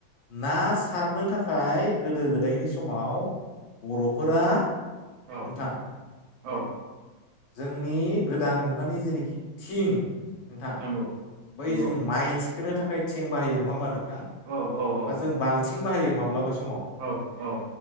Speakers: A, on the left (about 80°); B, on the right (about 80°).
A: ना सारनो थाखाय गोदो गोदायनि समाव बर'फोरा नोंथां
B: औ औ
A: जोंनि गोदान मुगानि जेनाखि थिं नोंथां
B: नंगौ
A: बै
B: नंगौ
A: जों माइ सोनो थाखाय थिं बाहायो नङा मानो
B: औ औ औ
A: बा जों बाल आथिं बाहायो माब्लाबो
B: औ औ